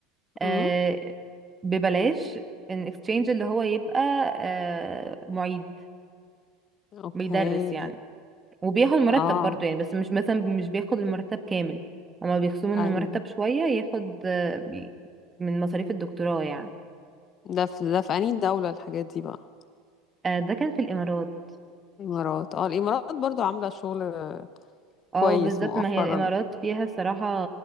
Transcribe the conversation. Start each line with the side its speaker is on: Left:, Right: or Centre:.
Right: آه،
Left: مم.
Right: ببلاش ان اكستشينج اللي هو يبقى آه، معيد
Left: اوكي
Right: بيدرس يعني وبياخد مرتب
Left: اه
Right: برضو يعني بس مش مثلا مش بياخد المرتب كامل هما بيخصموا من
Left: ايوه
Right: المرتب شوية ياخد آه، بي- من مصاريف الدكتوراه يعني
Left: ده في ده في انهي دولة الحاجات دي بقى
Right: آه، ده كان في الإمارات
Left: الامارات اه الامارات برضو عاملة شغل آه،
Right: اه
Left: كويس
Right: بالظبط
Left: مؤخرا
Right: ما هي الإمارات فيها صراحة